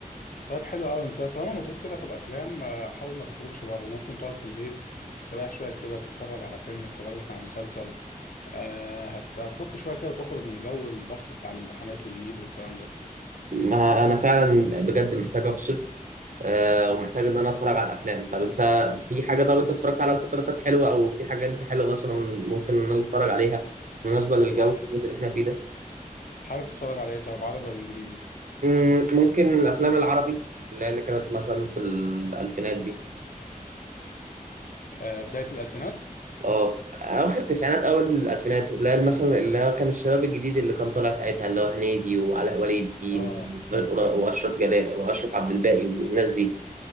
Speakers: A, on the left (about 65°); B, on the right (about 60°).
A: طيب حلو قوي انت طالما مضغوط كده في الافلام آه، حاول ما تخرجش بره ممكن تقعد في البيت تريح شويه كده تتفرج على فيلم تتفرج لك على مسلسل آه، هت... هتفك شويه كده وتخرج من جو الضغط بتاع الامتحانات والميد والكلام ده
B: ما انا فعلا بجد محتاج افصل آه ومحتاج ان انا اتفرج على افلام طب انت في حاجه طب انت اتفرجت على الفتره اللي فاتت حلوه او في حاجه انت حلوه مثلا ممكن ان انا اتفرج عليها بالنسبه للجو
A: آه،
B: اللي احنا فيه ده
A: حابب تتفرج على ايه طيب عربي ولا انجليزي
B: مم، ممكن الافلام العربي اللي هي اللي كانت مثلا في الالفينات دي
A: آه، بدايه الالفينات
B: اه اخر التسعينات اول الالفينات اللي هي مثلا اللي هو كان الشباب الجديد اللي كان طالع ساعتها اللي هو هنيدي وعلاء ولي الدين
A: اه
B: واشرف جلاء واشرف عبد الباقي والناس دي